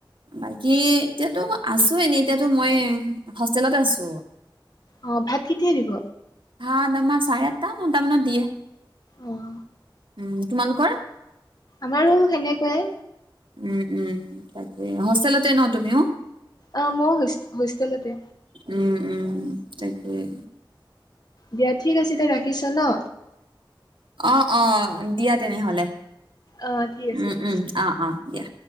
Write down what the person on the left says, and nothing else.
অ ভাত কেতিয়া দিব?
অ'।
আমাৰো সেনেকুৱাই।
অ' মও হোষ- হোষ্টেলতে।
দিয়া ঠিক আছে দিয়া। ৰাখিছো ন।
অ ঠিক আছে
দিয়া